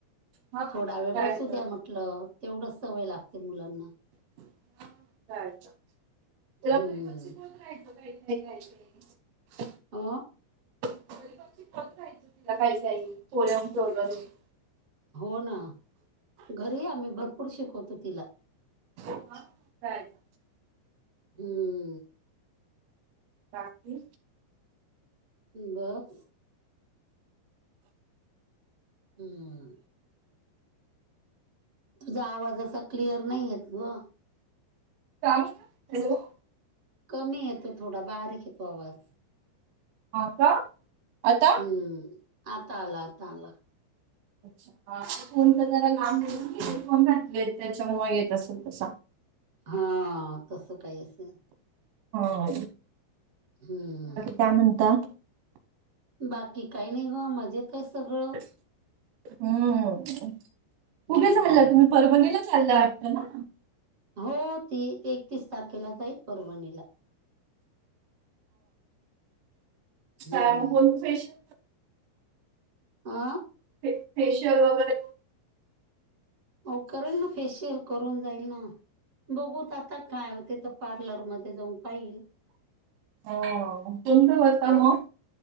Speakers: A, on the right; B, on the right.
A: हा
B: थोडा वेळ
A: काय
B: बसू
A: तर
B: द्या म्हटलं तेवढं सवय लागते मुलांना
A: <unintelligible>
B: हम्म
A: ते
B: ह
A: राहाय तिला काही का पोऱ्यालं <unintelligible>
B: हो ना घरी आम्ही भरपूर शिकवतो तिला
A: हा कायच
B: हम्म
A: काी
B: बघ हम तुझा आवाज असा क्लिअर नाही येत ग
A: का हॅलो
B: कमी येतो थोडा बारीक येतो आवाज
A: हा का आता
B: हम्म आता आला आता आला
A: अच्छा फोन तर जरा लांब फोन घातले त्याच्यामुळ येत असेल तसा
B: हा तस काही असेल.
A: हो.
B: हम्.
A: काय महनता.
B: बाकी काही नाही ग मजेत आहे सगळं.
A: हम्म
B: हम्म
A: कुठे चाललं तुम्ही परभणीला. चालय वाटतं ना.
B: हो त ते एकतीस तारखेला जाईल परभणीला. हम्म
A: का मग कोणतं फॅशन.
B: आ
A: फेशियल वगैरे.
B: हो करेल ना फेशियल करून जाईल ना बघूत आता काय होते. पार्लर मध्ये जाऊन पाईल.
A: हो तुम होता
B: कोण
A: मग